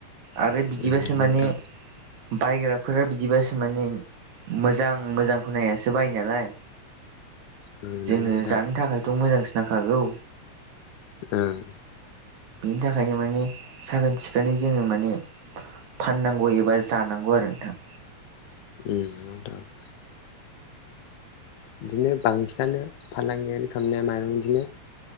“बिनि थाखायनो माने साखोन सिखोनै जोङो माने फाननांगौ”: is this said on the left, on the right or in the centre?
Right